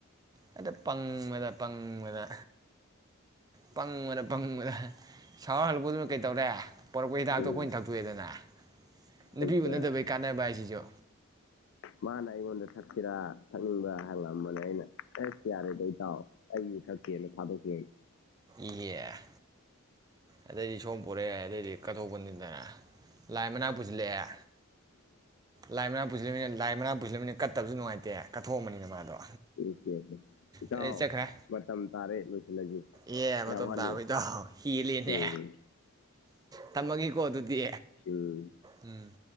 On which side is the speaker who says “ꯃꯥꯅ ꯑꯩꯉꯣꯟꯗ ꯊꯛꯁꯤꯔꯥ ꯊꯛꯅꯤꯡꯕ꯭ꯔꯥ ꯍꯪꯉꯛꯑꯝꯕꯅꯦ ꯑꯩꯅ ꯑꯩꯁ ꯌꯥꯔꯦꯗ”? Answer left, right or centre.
Left